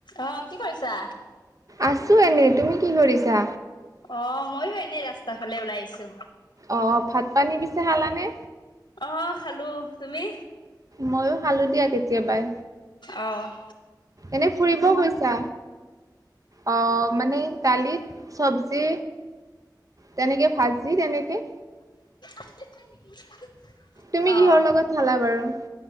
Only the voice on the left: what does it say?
অ' কি কৰিছা?
অ মইয়ো এনেই ৰাস্তা ফালে ওলাই আহিছো।
অ' খালো, তুমি?
অঁ
<unintelligible>
অ